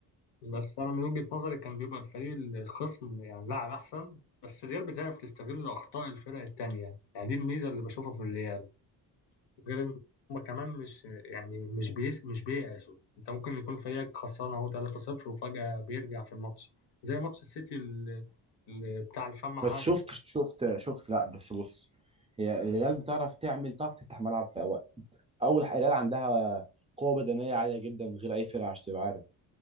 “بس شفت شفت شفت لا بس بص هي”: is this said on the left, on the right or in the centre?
Right